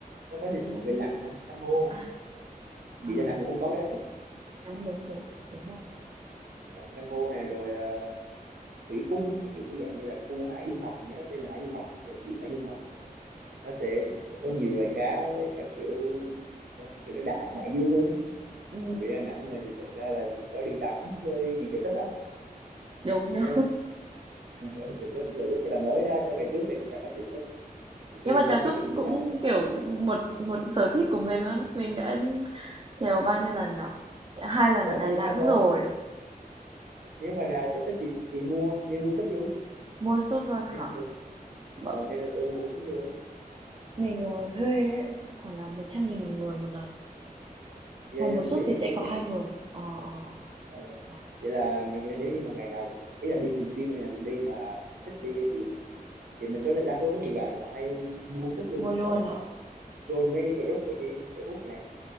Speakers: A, on the right; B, on the right.
A: nó có dịch
B: nuôi.
A: vụ về lặn ha, san hô.
B: À,
A: Biển
B: à,
A: Đà Nẵng cũng không có cái đấy.
B: đúng đúng đúng đúng rồi.
A: Lặn san hô này rồi ờ, thủy cung ấy, kiểu kiểu cái dạng như là khu hải dương học mình nhớ nó tên là hải dương học thì phải biển hải dương học. Nó sẽ sẽ có nhiều loài cá với các kiểu kiểu nó đại đại dương hơn ấy.
B: Ừ,
A: Còn biển Đà Nẵng mình thì thật ra là chỉ có đi tắm với đi chèo súp đó.
B: đúng đúng.
A: Thế thôi. <laughs> Chèo súp là rất là mới đó, cho ngày trước đây cũng chẳng có chèo súp, chỉ
B: nhưng
A: có đi
B: mà chèo
A: tắm
B: súp
A: biển buổi
B: cũng
A: sáng.
B: kiểu một một sở thích của mình luôn ấy mình đã chèo bao nhiêu lần nhở hai lần
A: Ủa
B: ở Đà
A: thế
B: Nẵng
A: thì có bo-
B: rồi
A: nếu mà nào sở thích thì thì mua nên mua sấp luôn
B: mua súp luôn
A: nên
B: hả
A: được
B: Bọn,
A: ờ, nên đầu tư mua một cái sấp luôn
B: mình ờ, thuê ấy, khoảng là một trăm nghìn một người một lần
A: dạ
B: mà một
A: dạ mình
B: súp
A: biết
B: thì
A: mình
B: sẽ
A: biết
B: có
A: giá
B: hai
A: mà
B: người ờ ờ ờ,
A: ờ.
B: đó.
A: vậy là mình nghĩ là nếu như mà ngày nào cũng ý là đi thường xuyên và ngày nào cũng đi mà cũng thích đi ấy thì thì mình số đa số có nhiều bạn là họ hay mua sấp luôn
B: mua
A: ấy,
B: luôn
A: xong rồi họ
B: ạ
A: join mấy cái group ở trên Facebook này